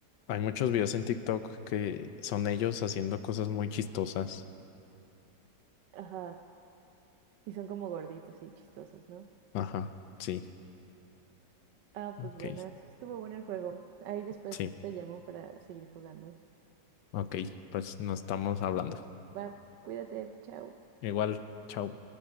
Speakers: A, on the left; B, on the right.
A: hay muchos videos en TikTok que son ellos haciendo cosas muy chistosas.
B: Ajá, y son como gorditos y chistosos, ¿no?
A: Ajá, sí,
B: Ah,
A: ok,
B: pues buenas, estuvo bueno el juego. Ahí después
A: sí,
B: te llamo para seguir jugando.
A: ok, pues nos estamos hablando.
B: Va, cuídate, chao.
A: Igual, chao.